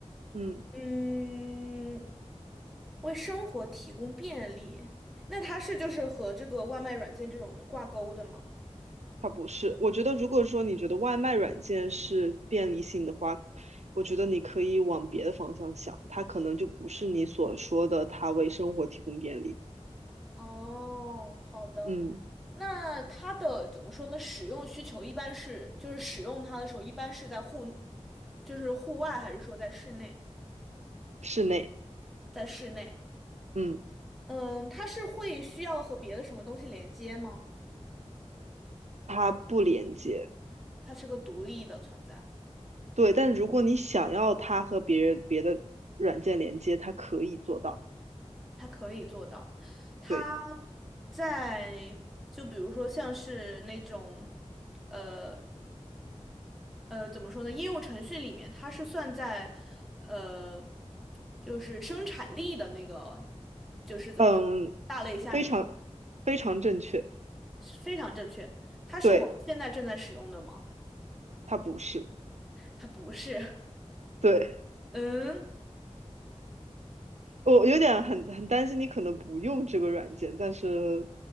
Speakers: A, on the right; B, in the centre.
A: 嗯，
B: 嗯，为生活提供便利，那它是就是和这个外卖软件这种的挂钩的吗？
A: 它不是。我觉得如果说你觉得外卖软件是便利性的话，我觉得你可以往别的方向想，它可能就不是你所说的它为生活提供便利，
B: 哦，好的。
A: 嗯，
B: 那它的怎么说呢？使用需求一般是，就是使用它的时候，一般是在户，就是户外，还是说在室内？
A: 室内，
B: 在室内，
A: 嗯，
B: 嗯，它是会需要和别的什么东西连接吗？
A: 它不连接。
B: 它是个独立的存在，
A: 对，但如果你想要它和别人别的软件连接，它可以做到。
B: 它可以做到。它
A: 对，
B: 在，就比如说像是那种，呃呃，怎么说呢？应用程序里面它是算在，呃，就是生产力的那个，就是怎么说，
A: 嗯，
B: 大类下面嘛，
A: 非常非常正确。
B: 是非常正确。它是我们现在正在使用的吗？
A: 对，它不是。
B: 它不是。
A: 对，
B: <laughs> 嗯，
A: 我有点很很担心你可能不用这个软件，但是